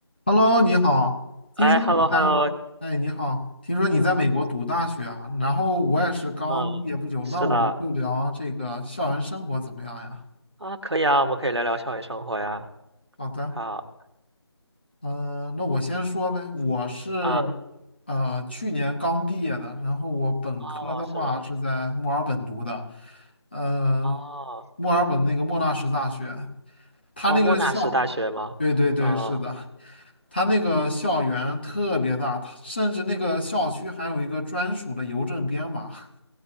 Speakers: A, on the left; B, on the right.
A: Hello，你好，听说你在，
B: 哎，hello hello，
A: 哎，你好，听说你在美国读大学啊，
B: 你好，
A: 然后我也是刚毕业不久，
B: 嗯，是的，
A: 那我们就聊这个校园生活怎么样呀？
B: 啊，可以啊，我们可以聊聊校园生活呀。
A: 好的，
B: 好
A: 嗯、那我先说呗，我是
B: 啊，
A: 呃去年刚毕业的，然后我本科的话是在墨尔本读的，
B: 哦，是吗？
A: 呃，
B: 哦，
A: 墨尔本那个莫纳什大学，他那个校，
B: 哦，莫纳什大学吗？
A: 对对对，
B: 哦，
A: 是的，他那个校园特别大，它甚至那个校区还有一个专属的邮政编码。<laughs>